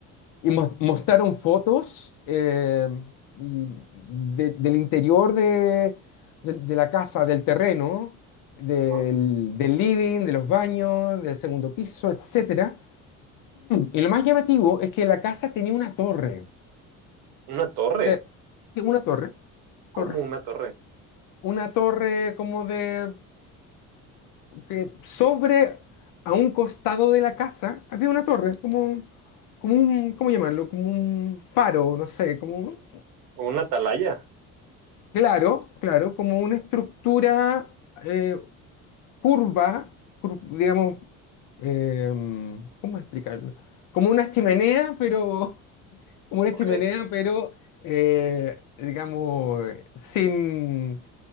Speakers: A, on the left; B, on the right.
A: Y mos- mostraron fotos eh, y de- del interior de, del- de la casa, del terreno, del,
B: ¿No?
A: del living, de los baños, del segundo piso, etcétera Y lo más llamativo es que la casa tenía una torre.
B: Una torre.
A: O sea, una torre,
B: ¿Cómo
A: torre,
B: una torre?
A: una torre como de, que sobre, a un costado de la casa, había una torre, como, como un, ¿cómo llamarlo? Como un faro, no sé, como un-
B: ¿O una atalaya?
A: Claro, claro, como una estructura eh, curva, cur- digamos, em, ¿cómo explicarlo? Como una chimenea, pero, <laughs> como una
B: Ok,
A: chimenea, pero, eh, digamos, eh, sin,